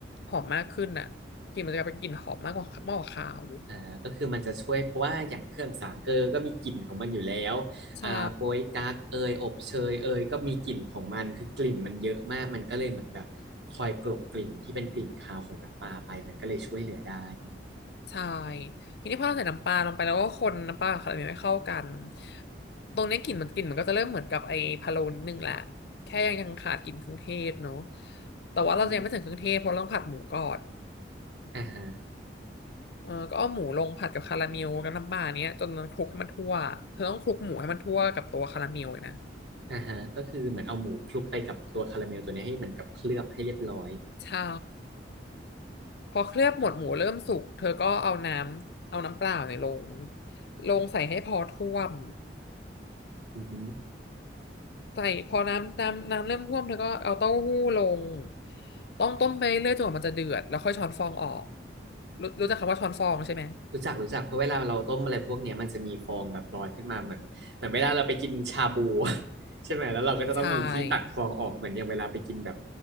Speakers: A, on the left; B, on the right.
A: หอมมากขึ้นน่ะกลิ่นมันจะกลายเป็นกลิ่นหอมมากกว่ามากกว่าคาว
B: อ่าก็คือมันจะช่วยเพราะว่าอย่างเครื่องสามเกลอก็มีกลิ่นของมันอยู่แล้วอ่าโป๊ยกั๊กเอยอบเชยเอยก็มีกลิ่นของมันคือกลิ่นมันเยอะมากมันก็เลยเหมือนแบบคอยกลบกลิ่นที่เป็นกลิ่นคาวของน้ำปลาไปมันก็เลยช่วยเหลือได้
A: ใช่ ใช่ทีนี้พอเราใส่น้ำปลาลงไปแล้วก็คนน้ำปลาขนาดนี้ไม่เข้ากันตรงเนี้ยกลิ่นมันกลิ่นมันก็จะเริ่มเหมือนกับไอ้พะโล้นิดนึงแหละแค่ยังยังขาดกลิ่นเครื่องเทศเนาะแต่ว่าเราจะยังไม่ถึงเครื่องเทศเพราะเราต้องผัดหมูก่อน
B: อืมอ่าฮะ
A: เออก็เอาหมูลงผัดกับคาราเมลกับน้ำปลาเนี้ยจนมันคลุกให้มันทั่วเธอต้องคลุกหมูให้มันทั่วกับตัวคาราเมลเลยนะ
B: อ่าฮะก็คือเหมือนเอาหมูคลุกไปกับตัวคาราเมลตัวเนี้ยให้เหมือนกับเคลือบให้เรียบร้อย
A: ใช่พอเคลือบหมดหมูเริ่มสุกเธอก็เอาน้ำเอาน้ำเปล่าเนี่ยลงลงใส่ให้พอท่วม
B: อือฮึ
A: ใส่พอน้ำน้ำน้ำเริ่มท่วมเธอก็เอาเต้าหู้ลงต้องต้มไปเรื่อยจนกว่ามันจะเดือดแล้วค่อยช้อนฟองออกรู้รู้จักคำว่าช้อนฟองใช่ไหม
B: รู้จักรู้จักเพราะเวลาเราต้มอะไรพวกเนี้ยมันจะมีฟองแบบลอยขึ้นมาเหมือนเหมือนเวลาเราไปกินชาบู <laughs> ใช่ไหมแล้วเราก็จะต้องมีที่ตักฟองออกเหมือนอย่างเวลาไปกินแบบ
A: ใช่